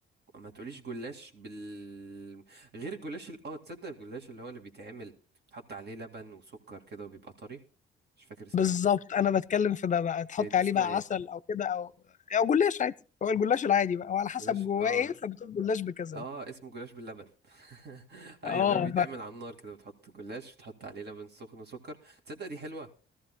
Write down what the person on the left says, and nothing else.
بالظبط
انا بتكلم في ده بقى تحط
عليه
بقى
عسل او كده او او جلاش عادي هو الجلاش العادي بقى وعلى حسب
جواه
ايه فبتقول جلاش بكذا
بقى.
اه